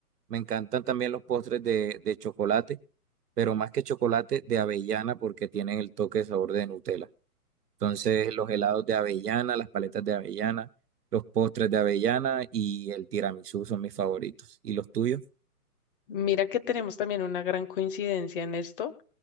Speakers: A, on the right; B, on the left.
A: me encantan también los postres de, de chocolate, pero más que chocolate de avellana porque tienen el toque de sabor de Nutella. Entonces los helados de avellana, las paletas de avellana, los postres de avellana y el tiramisú son mis favoritos. ¿Y los tuyos?
B: Mira que tenemos también una gran coincidencia en esto.